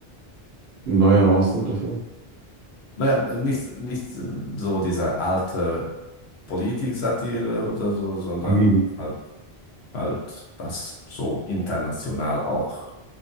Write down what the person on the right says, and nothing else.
ein neuer Ausdruck dafür.
Comedian.